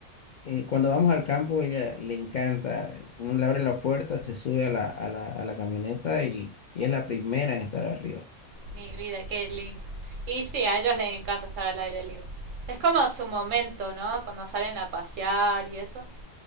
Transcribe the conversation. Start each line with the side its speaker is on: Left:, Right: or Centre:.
Left: eh, cuando vamos al campo, ella le encanta. eh, Uno le abre la puerta, se sube a la, a la, a la camioneta y, y es la primera en estar arriba.
Right: Mi vida, qué lindo. Y sí, a ellos les encanta estar al aire libre. Es como su momento, ¿no? Cuando salen a pasear y eso.